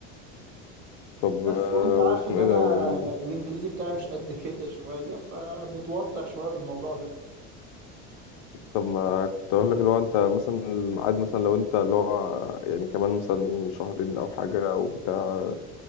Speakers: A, on the left; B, on the right.
A: طب آه،
B: بس وأنت عارف
A: واسمه
B: إن
A: ايه
B: أنا
A: ده وال...
B: الإنجليزي بتاعي مش قد كده شوية فمتوتر شوية بالموضوع ده
A: طب ما كنت اقول لك لو انت مثلا الميعاد مثلا لو انت اللي هو يعني كمان مثلا شهرين او حاجه او بتاع